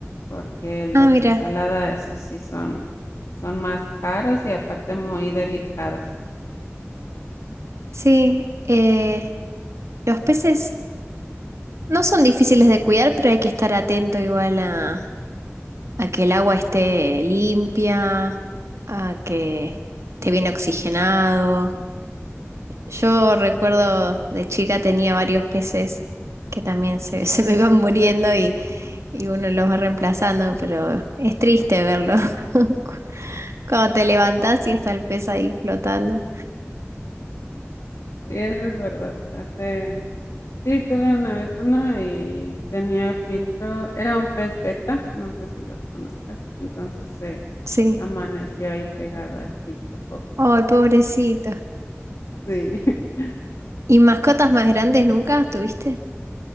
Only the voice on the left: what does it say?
porque los
de salada, esos sí son, son más caros y aparte muy delicados.
Sí, eso es verdad. Hace, sí, tuve una vez uno y tenía filtro, era un pez beta, no sé si los conoces, entonces se
amaneció ahí pegado al filtro, pobrecito.
Sí. <laughs>